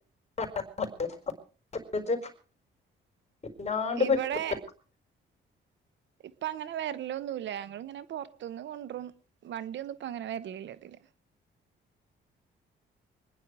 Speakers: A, on the left; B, on the right.
A: <unintelligible> ന്നാണ്ട് പ
B: ഇവിടെ
A: <unintelligible>
B: ഇപ്പ അങ്ങനെ വര്ലൊന്നുല്ല ഞങ്ങളിങ്ങനെ പൊറത്ത്ന്ന് കൊണ്ട്രും വണ്ടിയൊന്നും ഇപ്പ അങ്ങനെ വര്ലില്ല ഇതിലെ